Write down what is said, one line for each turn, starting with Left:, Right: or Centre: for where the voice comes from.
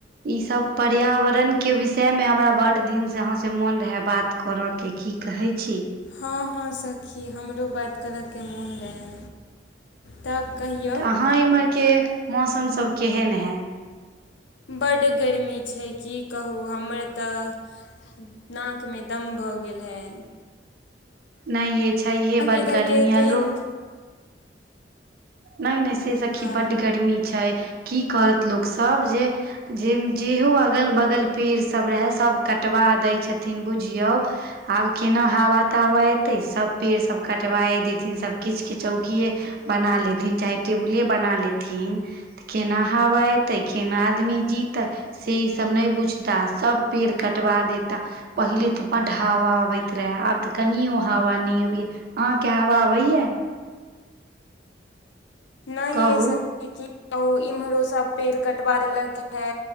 Right: ईसब पर्यावरण के विषयमे हमरा बड्ड दिनसँ अहाँ सऽ मोन रहै बात करऽ के की कहै छी?
Left: हँ हँ सखी हमरो बात करऽ के मोन रहै। तब कहिय
Right: तऽ अहाँ इम्हर के मौसम सब केहेन है?
Left: बड्ड गरमी छै की कहू हमर तऽ नाक मे दम्म भऽ गेल हेए।
Right: नै यै छैहे बड्ड
Left: इधरके
Right: गर्मी
Left: केहन
Right: आ लो नै नै से सखी
Left: हँ
Right: बड्ड गर्मी छै की करत लोक सब जे जे - जेहो अगल बगल पेड़ सब रहेए सब कटवा दै छथिन बुझियौ आब केना हावा - तावा एतै सब पेड़ सब कटवाए देथिन सब किछ कि चौकिए बना लेथिन चाहे टेबुले बना लेथिन। त केना हावा एतै केना आदमी जीतै? से ई सब नै बुझता सब पेड़ कटवा देता। पहिले तऽ बड हावा अबैत रहेए आब तऽ कनियो हावा नै अबैये। अहां के हावा अबैये?
Left: नै यै
Right: कहू
Left: सखी कि कहु इम्हरो सब पेड़ कटवा देलक हें।